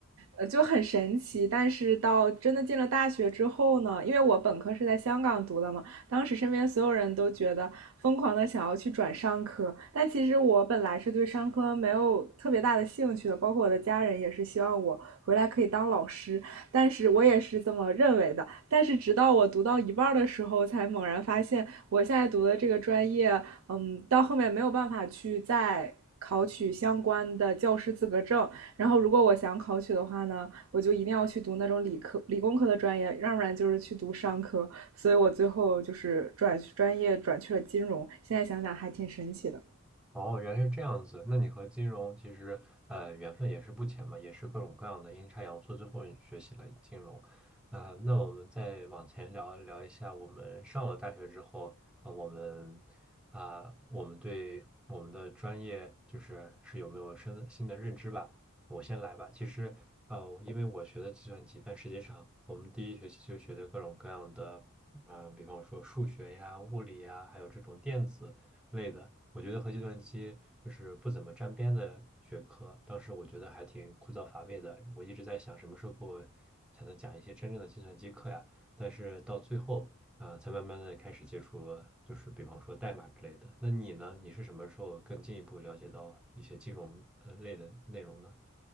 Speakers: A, on the right (about 65°); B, in the centre.
A: 呃，就很神奇。但是到真的进了大学之后呢，因为我本科是在香港读的嘛，当时身边所有人都觉得疯狂的想要去转商科，但其实我本来是对商科没有特别大的兴趣的，包括我的家人也是希望我回来可以当老师，但是我也是这么认为的。但是直到我读到一半的时候，才猛然发现，我现在读的这个专业，嗯，到后面没有办法去再考取相关的教师资格证。然后，如果我想考取的话呢，我就一定要去读那种理科、理工科的专业，要不然就是去读商科。所以我最后就是转专业转去了金融。现在想想还挺神奇的。
B: 哦，原来是这样子。那你和金融其实呃缘分也是不浅嘛，也是各种各样的阴差阳错，最后你学习了金融。啊、那我们再往前聊聊一下，我们上了大学之后，呃，我们啊、我们对我们的专业就是是有没有新的新的认知吧？我先来吧。其实呃，因为我学的计算机，但实际上我们第一学期就学的各种各样的，啊、比方说数学呀、物理呀，还有这种电子。类的。我觉得和计算机就是不怎么沾边的学科，当时我觉得还挺枯燥乏味的。我一直在想什么时候给我才能讲一些真正的计算机课呀？但是到最后，呃，才慢慢的开始接触，就是比方说代码之类的。那你呢？你是什么时候更进一步了解到一些金融呃类的内容呢？